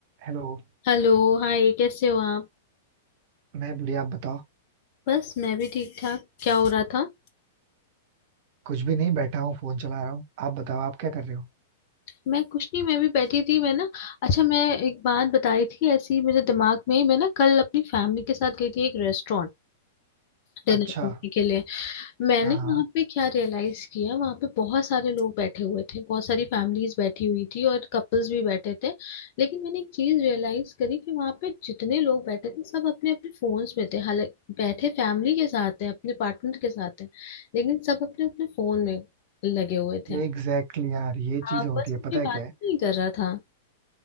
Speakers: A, on the right; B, on the left.
A: Hello
B: Hello Hi कैसे हो आप
A: मैं बढ़िया आप बताओ
B: बस मैं भी ठीक ठाक क्या हो रहा था
A: कुछ भी नहीं बैठा हूँ फोन चला रहा हूँ आप बताओ आप क्या कर रहे हो
B: मैं कुछ नहीं मैं भी बैठी थी मैं ना अच्छा मैं एक बात बताई थी ऐसी मेरे दिमाग में ही। मैं ना कल अपनी फैमिली के साथ गई थी एक रेस्टोरेंट डिनर
A: अच्छा
B: करने के लिए मैंने
A: हाँ हाँ
B: वहां पे क्या रियलाइज किया वहां पे बहुत सारे लोग बैठे हुए थे बहुत सारी फैमिलीज बैठी हुई थी और कपल्स भी बैठे थे लेकिन मैंने एक चीज रियलाइज करी कि वहां पे जितने लोग बैठे थे सब अपने अपने फोन्स में थे हालांकि बैठे फैमिली के साथ हैं अपने पार्टनर के साथ हैं लेकिन सब अपने अपने फोन में लगे हुए थे
A: ये एग्जैक्टली exactly यार ये चीज
B: आपस
A: होती है
B: में
A: पता
B: कोई
A: है
B: बात
A: क्या है
B: ही नहीं कर रहा था